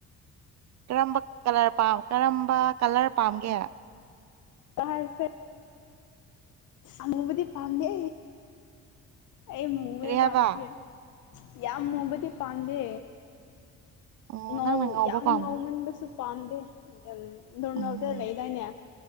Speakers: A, on the right; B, on the left.
A: ꯀꯔꯝꯕ ꯀꯂꯔ ꯄꯥꯝ ꯀꯔꯝꯕ ꯀꯂꯔ ꯄꯥꯝꯒꯦ
B: ꯇꯥꯔꯁꯦ ꯑꯃꯨꯕꯗꯤ ꯄꯥꯃꯗꯦ ꯑꯩ ꯃꯨꯌꯦꯕꯥ
A: ꯀꯔꯤ ꯍꯥꯏꯕ
B: ꯑꯗꯨꯒꯤ ꯌꯥꯝ ꯃꯨꯕꯗꯤ ꯄꯥꯝꯗꯦ
A: ꯑꯣ
B: ꯉꯧ
A: ꯅꯪꯅ ꯉꯧꯕ
B: ꯌꯥꯝ
A: ꯄꯥꯝꯕ
B: ꯉꯧꯃꯟꯕꯁꯨ ꯄꯥꯝꯗꯦ ꯌꯥꯝ ꯅꯣꯔꯃꯦꯜꯗ
A: ꯎꯝ
B: ꯂꯩꯗꯥꯏꯅꯦ